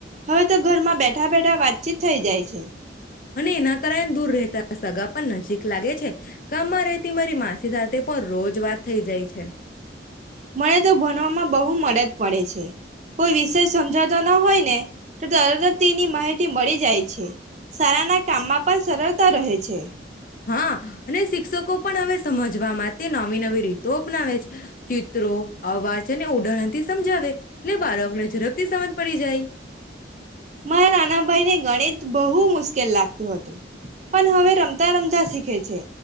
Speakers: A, on the right (about 40°); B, on the left (about 45°).
A: હવે તો ઘરમાં બેઠા બેઠા વાતચીત થઈ જાય છે.
B: અને એના કારણે દૂર રહેતા સગા પણ નજીક લાગે છે. કામમાં રહેતી મારી માસી સાથે પણ રોજ વાત થઈ જાય છે.
A: મને તો ભણવામાં બહુ મદદ પડે છે, કોઈ વિષય સમજાવતા ન હોય ને તો તરતત તેની માહિતી મળી જાય છે, સારાના કામમાં પણ સરળતા રહે છે.
B: હા અને શિક્ષકો પણ હવે સમજવા માટે તે નવી નવી રીતો અપનાવે છે, ચિત્રો, અવાજ અને ઉદહરણ થી સમજાવે, એટલે બાળકને ઝડપથી સમજ પડી જાય.
A: મારા નાના ભાઈ ને ગણિત બહુ મુશ્કેલ લાગતું હતું, પણ હવે રમતા રમતા શીખે છે,